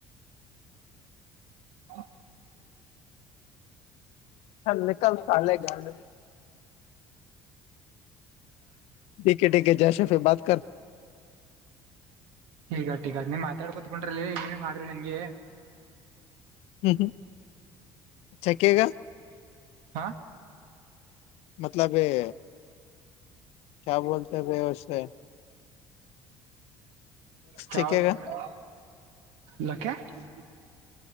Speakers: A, on the right (about 80°); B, on the left (about 75°).
A: ಹಾ
B: ಹ ನಿಕಲ್ತಾಲೇ ಗಾಂಡು ಟಿ ಕೆ ಟಿ ಕೆ ಜೈಶೆಫೆ ಬಾತ್ ಕರ್ತ
A: ಟಿಕೆಟಿಕೆನೀ ಮಾತಾಡ್ ಕೂತ್ಕೊಂಡ್ರಲ್ಲಿ ನೀ ಮಾತಾಡ್ರಿ ನಂಗೆ.
B: ಹ್ಮ್ ಚಕ್ಕೆಗ.
A: ಹಾ
B: ಮತ್ತಲಬ ಈ ಕ್ಯಾ ಬೋಲತ ಭೈ ಉಷೆ
A: ಕ್ಯಾ
B: ಚಕೇಗಾ
A: ಹೊ ಲಕಾಯಿ